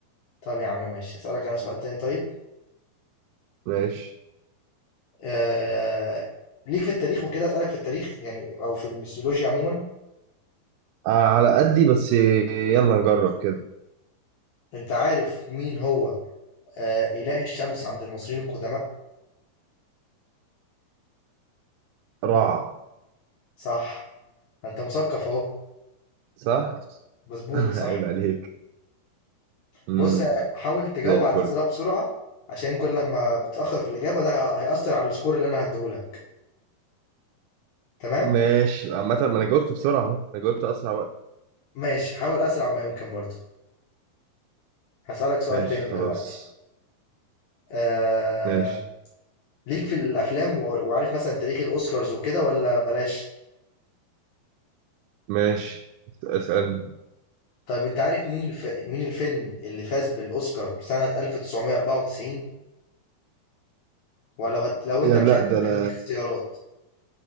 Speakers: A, on the left; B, on the right.
A: طب يا عم ماشي أسألك أنا سؤال تاني طيب
B: ماشي
A: آه... ليك في التاريخ وكده أسألك في التاريخ يعني أو في الميثولوجيا عموما
B: آه على قدي بس يلا نجرب كده
A: أنت عارف مين هو آه إله الشمس عند المصريين القدماء
B: رعى
A: صح أنت مثقف أهو
B: صح؟
A: مظبوط
B: <laughs> عيب
A: صح
B: عليك امم
A: بص حاول تجاوب
B: زي الفل
A: على الأسئلة بسرعة عشان كل لما بتأخر في الإجابة ده هيأثر على السكور اللي أنا هديهولك تمام
B: ماشي عامة ما انا جاوبت بسرعة اهو انا جاوبت اسرع وقت
A: ماشي حاول أسرع ما يمكن برضه هسألك سؤال
B: ماشي
A: تاني
B: خلاص
A: دلوقتي آه...
B: ماشي
A: ليك في الأفلام و- وعارف مثلا تاريخ الأوسكارز وكده ولا بلاش
B: ماشي اسألني
A: طيب أنت عارف مين الف... مين الفيلم اللي فاز بالأوسكار سنة 1994 ولو هد... لو
B: يعني
A: أنت مش
B: لا
A: عارف
B: ده
A: ممكن
B: انا
A: أديك اختيارات